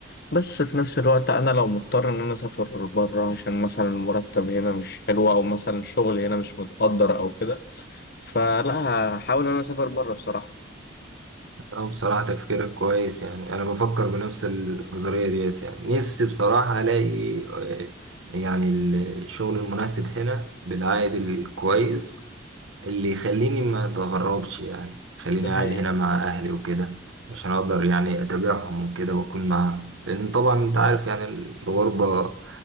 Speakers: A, on the left; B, on the right.
A: بس في نفس الوقت انا لو مضطر ان انا اسافر بره عشان مثلا المرتب هنا مش حلو او مثلا الشغل هنا مش متقدر او كده فلا هحاول ان انا اسافر بره بصراحة
B: اه بصراحة تفكيرك كويس يعني انا بفكر بنفس النظرية ديت يعني نفسي بصراحة الاقي آه، يعني الشغل المناسب هنا بالعائد الكويس اللي يخليني ما اتغربش يعني خليني
A: ده
B: قاعد
A: حقيقة
B: هنا مع اهلي وكده عشان اقدر يعني اتابعهم وكده واكون معاهم لان طبعا انت عارف يعني الغربة